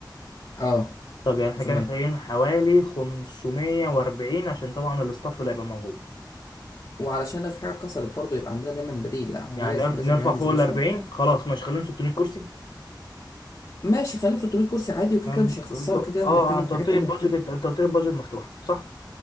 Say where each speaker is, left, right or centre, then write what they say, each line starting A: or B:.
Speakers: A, on the left; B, on the left.
A: آه
B: طب يعني احنا
A: 500
B: كده محتاجين حوالي 540 عشان طبعا الاستاف اللي هيبقى موجود
A: وعلشان لو في حاجة اتكسرت برضه يبقى عندنا دايما بديل لا هو
B: يعني
A: لازم
B: نر-
A: لازم
B: نرفع
A: بنعمل
B: فوق
A: زيادة
B: ال
A: شوية
B: 40 خلاص ماشي خليهم 600 كرسي
A: ماشي خليهم 300 كرسي عادي وكده
B: يعني
A: كده مش هيخسروا
B: انت
A: كده كده
B: اه
A: هنحتاجهم
B: انت
A: في
B: قلت
A: حاجات
B: لي
A: تانية
B: البادجت
A: كتير
B: انت انت قلت لي البادجت مفتوحه صح